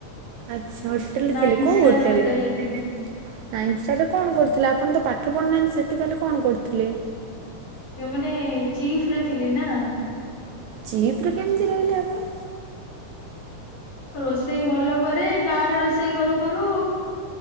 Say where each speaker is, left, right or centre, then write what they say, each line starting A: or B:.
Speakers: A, on the right (about 80°); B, on the left (about 75°).
A: ଆଚ୍ଛା ହୋଟେଲରେ
B: ନାଇନ
A: ଥିଲେ କୋଉ
B: ଷ୍ଟାର
A: ହୋଟେଲରେ?
B: ଥିଲି
A: ନାଇନ ଷ୍ଟାରରେ କଣ କରୁଥିଲେ ଆପଣ ତ ପାଠ ପଢିନାହାଁନ୍ତି ସେଠି ତାହେଲେ କଣ କରୁଥିଲେ?
B: ମାନେ ଚିଫରେ ଥିଲି ନା।
A: ଚିପ ରେ କେମିତି ରହିଲେ ଆପଣ?
B: ରୋଷେଇ ଭଲ କରେ ଗାଁ ରେ ରୋଷେଇ କରୁ କରୁ